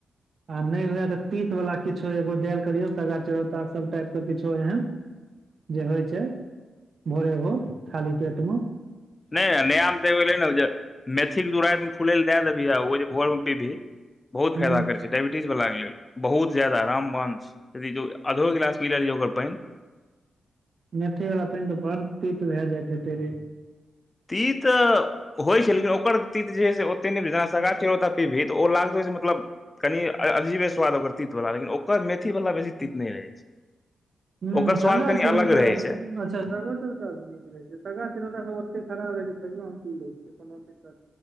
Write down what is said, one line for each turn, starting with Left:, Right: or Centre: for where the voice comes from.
Right: आ नहि हुए तऽ तीत वालला किछो एगो देल करियऔ सगार चरौता सब टाइप के किछो एहन जे होइ छै भोरे भोर खाली पेटमे
Left: नहि नयामे तऽ एे ने जे मेथीक के द रातिमे फूलै लऽ दए देबही आ ओ जे भोर मे पीबही बहुत
Right: हूँ
Left: फायदा कर छै डायबिटीज वाला के लेल बहुत ज्यादा रामवाण छैय आधो गिलास पी लिय ओकर पानि
Right: मेथी वालला पानि तऽ बड़ तीत भए जाइत हेतेरे
Left: तीत होइ छै लेकिन ओकर तीत जे होय से ओतेक नहि जे स गा पीभी तऽ ओ लागतै से मतलब कनी अजीबे स्वाद ओकर तितवला लेकिन ओकर मेथीवला बेसी तित नहि रहै छै
Right: ह
Left: ओकर
Right: सगर
Left: स्वाद कनि
Right: छै
Left: अलग
Right: न तऽ
Left: रहै छै
Right: अच्छा सरवन नीक रहै छै तगा चिरेता सब ओते खराब रहे छै तैयो हम पी लै छिय कोनो दिक